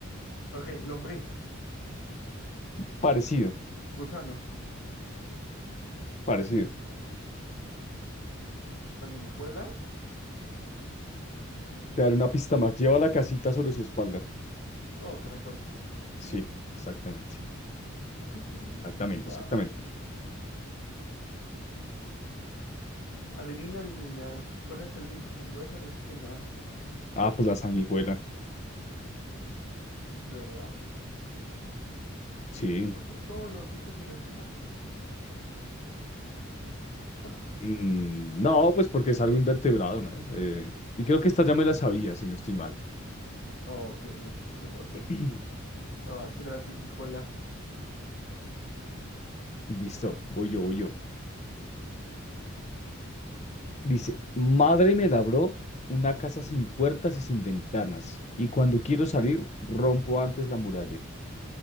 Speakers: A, on the left; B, on the left.
A: ok, lombriz,
B: Parecido,
A: gusano,
B: parecido.
A: sanguijuela
B: Te daré una pista más. Lleva la casita sobre su espalda.
A: oh, caracol.
B: Sí, exactamente. sí.
A: <laughs>
B: Exactamente,
A: Va.
B: exactamente.
A: Adivina, adivina. ¿Cuál es el bicho sin hueso ni espina?
B: Ah, pues la sanguijuela.
A: ¿De verdad?
B: Sí.
A: ¿No son todos los bichos sin espinas? Ah.
B: Mm, no, pues porque es algo invertebrado, ¿no? Eh, y creo que esta ya me la sabía, si no estoy mal.
A: Oh, ok, ya. Con razón.
B: <clears throat>
A: Va, va, sí era la sanguijuela.
B: Listo, voy yo, voy yo. Dice, madre me labró una casa sin puertas y sin ventanas, y cuando quiero salir, rompo antes la muralla.